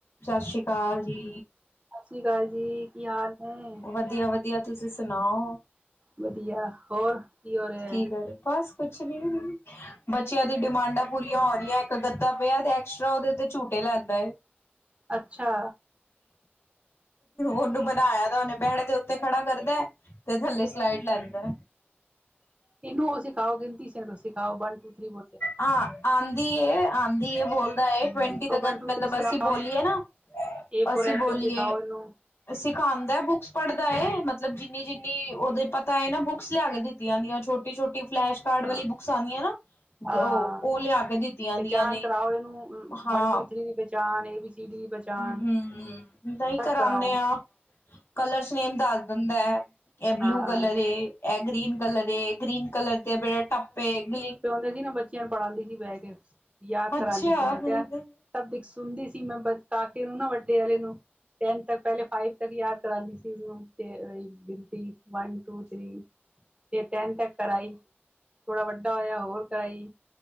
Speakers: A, on the left; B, on the right.
A: ਸ਼ਸ਼੍ਰੀ ਕਾਲ ਜੀ
B: ਸਸ੍ਰੀ ਕਾਲ ਜੀ ਕੀ ਹਾਲ ਨੇ
A: ਵਧੀਆ-ਵਧੀਆ ਤੁਸੀਂ ਸੁਣਾਓ
B: ਵਧੀਆ ਹੋਰ ਕੀ ਹੋ ਰੇਆ
A: ਕੀ ਕਰ ਬਸ ਕੁਛ ਨੀ ਬੱਚਿਆਂ ਦੀ ਡਿਮਾਂਡਾਂ ਪੂਰੀਆਂ ਹੋ ਰਈਆਂ ਗੱਦਾ ਪਿਆ ਤੇ ਐਕਸਟਰਾ ਓਦੇ ਤੇ ਝੂਟੇ ਲੈਂਦਾ ਐ।
B: ਅੱਛਾ
A: ਓਨੂੰ ਬਣਾਇਆ ਦਾ ਓਨੇ ਬੈਡ ਦੇ ਉੱਤੇ ਖੜਾ ਕਰਦਾ ਤੇ ਥੱਲੇ ਸਲਾਈਡ ਲੈਂਦਾ।
B: ਐਨੂੰ ਉਹ ਸਿਖਾਓ ਗਿਣਤੀ ਸੀ ਸਿਖਾਓ ਵਨ ਟੂ ਥਰੀ ਬੋਲ
A: ਆ ਆਂਦੀ ਏ, ਆਂਦੀ ਏ ਬੋਲ ਦਾ ਐ
B: ਹਮ
A: ਟਵੰਟੀ ਤਕਨ
B: ਕਹੋ ਵਨ ਟੂ
A: ਮਤਲਬ
B: ਥ੍ਰੀ ਸੁਣਾਓ
A: ਅਸੀਂ ਬੋਲੀਏ ਨਾ,
B: ਏ
A: ਅਸੀਂ
B: ਫੋਰ ਐਪਲ
A: ਬੋਲੀਏ
B: ਸਿਖਾਓ ਇਹਨੂੰ
A: ਸਿਖਾਂਦਾ ਐ ਬੁੱਕਸ ਪੜ੍ਹਦਾ ਏ ਮਤਲਬ ਜਿੰਨੀ-ਜਿੰਨੀ ਓਦੇ ਪਤਾ ਏ ਨਾ ਬੁੱਕਸ ਲਿਆ ਕੇ ਦਿੱਤੀਆਂ ਦੀਆਂ ਛੋ ਛੋਟੀ-ਛੋਟੀ ਫਲੈਸ਼ ਕਾਰਡ
B: ਹਾਂ
A: ਵਾਲੀ ਬੁਕਸ ਆਂਦੀ ਨਾ
B: ਹਾਂ
A: ਗ ਓ ਓ ਲਿਆ ਕੇ ਦਿੱਤੀਆਂ
B: ਪਹਿਚਾਣ
A: ਦੀਆਂ ਨੇ
B: ਕਰਾਓ ਇਹਨੂੰ
A: ਹਾਂ
B: ਵਨ ਟੂ ਥ੍ਰੀ ਦੀ ਪਹਿਚਾਣ ਏ ਬੀ ਸੀ ਡੀ ਦੀ ਪਹਿਚਾਣ
A: ਹੂੰ ਨਈ ਕਰਾ
B: ਸਭ ਕਰਾਓ
A: ਨੇ ਆ ਕਲਰਸ ਨੇਮ ਦੱਸ ਦਿੰਦਾ ਐ। ਐ ਬਲੂ
B: ਹਾਂ
A: ਕਲਰ ਐ। ਤੇ ਐ ਗ੍ਰੀਨ ਕਲਰ ਏ ਗ੍ਰੀਨ ਕਲਰ ਦੇ ਬੇੜੇ ਟੱਪੇ ਗ
B: ਸੀਗੀ ਨਾ ਬੱਚਿਆਂ ਨੂੰ ਪੜਾਦੀ ਸੀ ਬੈ ਕੇ ਯਾਦ
A: ਅੱਛਾ
B: ਕਰਾਦੀ ਸੀ
A: ਹਾਂ
B: ਮੈਂ ਕਿਆ
A: ਹੂੰ-ਹੂੰ
B: ਸਭ ਦਿਖ ਸੁਣਦੀ ਸੀ ਮੈਂ ਬ ਕਾਕੇ ਨੂੰ ਨਾ ਵੱਡੇ ਵਾਲੇ ਨੂੰ ਟੈਨ ਤੱਕ ਪਹਿਲੇ ਫਾਈਵ ਤੱਕ ਯਾਦ ਕਰਾਂਦੀ ਸੀ ਓਨੂੰ ਤੇ ਗਿਣਤੀ ਵਨ ਟੂ ਥ੍ਰੀ ਫੇਰ ਟੈਨ ਤੱਕ ਕਰਾਈ ਥੋੜਾ ਵੱਡਾ ਹੋਇਆ ਹੋਰ ਕਰਾਈ